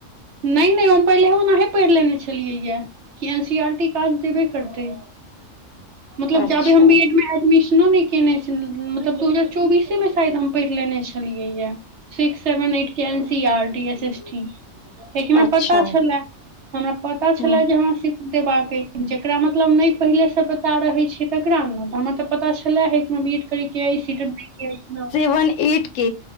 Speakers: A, on the right (about 65°); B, on the left (about 75°).
A: नहि नहि हम पहिले ओनाहे पढ़ि लेने छलियै यए कि एन सी आर टी काज देबे करतै मतलब
B: अच्छा
A: जाबे हम बी एड मे एडमिशनो नहि केने छल मतलब दू हजार चौबीसे मे शायद हम पढ़ि लेने छलियै य सिक्स सेवन एट क N C R T S ST कियेकि हमरा
B: अच्छा
A: पता छलए हमरा पता छलए
B: ह
A: जे हमरा स देबाक अछि जकरा मतलब नहि पहिलेसँ पता रहैत छै तकरा ने हमर तऽ पता छलै हय एक बि ए ड करी के आ सीटेट
B: वन एट के